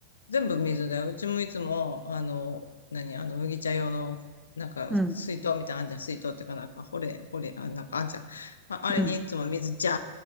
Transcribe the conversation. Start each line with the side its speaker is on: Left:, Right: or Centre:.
Left: 全部水で、うちもいつも、あの、何、あの、麦茶用の、なんか、
Centre: うん、
Left: 水筒みたいなのあんじゃん、水筒っていうかなんか、ほれ、ほれ、あ、なんかあんじゃん。あ、あれにいつも水ジャ
Centre: うん。